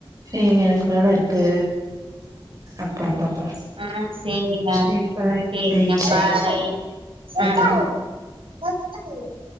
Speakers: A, on the right (about 40°); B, on the right (about 75°).
A: இங்க எனக்கு வேல இருக்கு அப்புறம் பாப்போ
B: ஆ சேரிங்க
A: சரிப்பா
B: சேரிங்க
A: ம் சரி
B: பாய்
A: டாட்டா
B: அ <inaudible>